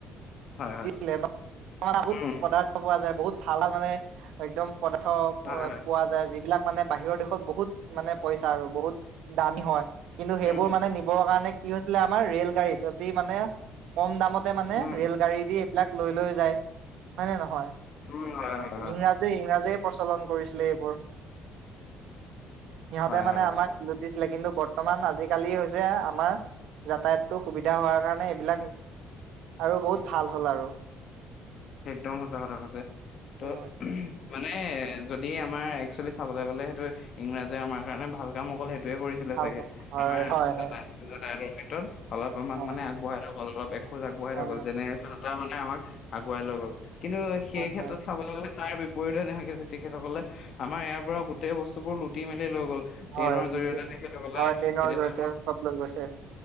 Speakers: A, on the left (about 55°); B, on the right (about 75°).
A: হয় হয়
B: <unintelligible> বহুত
A: উম
B: পদাৰ্থ পোৱা যায় বহুত। ভাল মানে একদম। পদাৰ্থ পোৱা
A: হয় হয়
B: যায় যি। এইবিলাক মানে বাহিৰৰ দেশত। বহুত মানে পইচা আৰু বহুত দামী হয়। কিন্তু সেইবোৰ
A: উম উম
B: মানে নিবৰ কাৰণে। কি হৈছিলে আমাৰ ৰেল-গাড়ীত অতি মানে কম দামত। মানে
A: উম
B: ৰেল-গাড়ী দি। বিলাক লৈ লৈ যায় হয়নে নহয়।
A: উম হয় হয়
B: ইংৰাজী ইংৰাজী। প্ৰচলন কৰিছিলে এইবোৰ। সিহঁতে
A: হয়
B: মানে
A: হয়
B: আমাক
A: হয়
B: লুটিছিলে কিন্তু। বৰ্তমান আজিকালি হৈছে আমাৰ যাতায়াতটো সুবিধা হোৱাৰ কাৰণে এইবিলাক আৰু বহুত ভাল হ'ল আৰু।
A: একদম সচাঁ কথা কৈছে ত'।
B: হয়,
A: মানে যদি আমাৰ একচুৱেলি চাবলৈ গ'লে সেইটো ইংৰাজে আমাৰ কাৰণে ভাল কাম অকল সেইটো। কৰিছিলে
B: ভাল
A: চাগে
B: হ'ল। হয়
A: আমাৰ
B: হয়
A: যাতায়তৰ
B: হয়
A: ক্ষেত্ৰত অলপ আমাক
B: হয়
A: মানে আগবঢ়াই থৈ গ'ল অলপ। খোজ আগবঢ়াই
B: হয়
A: থৈ গ'ল যেনে। আমাক। বঢ়াই লৈ গ'ল। কিন্তু সেই
B: হয়
A: ক্ষেত্ৰত
B: হয়।
A: চাবলৈ গ'লে। তাৰ বিপৰীতে নহয় তেখেতসকলে আমাৰ ইয়াৰ পৰা গোটেই বস্তু বোৰ লুটি মেলি লৈ গ'ল। ট্ৰেইনৰ
B: হয় লুটিয়ে
A: জৰিয়তে তেখেতসকলে
B: হয় ট্ৰেইনৰ
A: তেতিয়া
B: জৰিয়তে
A: টাইমত
B: চব লৈ গৈছে।